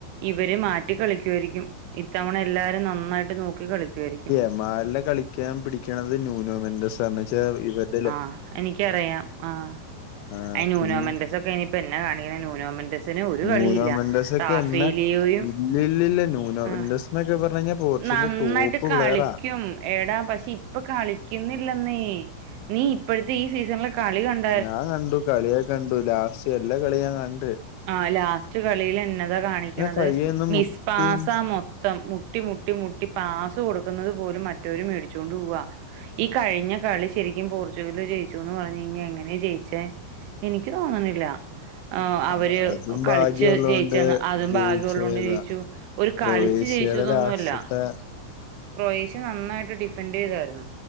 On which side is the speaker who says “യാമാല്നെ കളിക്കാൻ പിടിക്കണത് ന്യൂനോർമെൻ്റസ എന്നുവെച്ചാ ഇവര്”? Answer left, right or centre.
Left